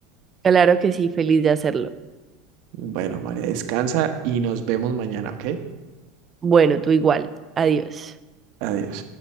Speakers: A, on the right; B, on the right.
A: Claro que sí, feliz de hacerlo.
B: Bueno, María, descansa y nos vemos mañana, ¿ok?
A: Bueno, tú igual. Adiós.
B: Adiós.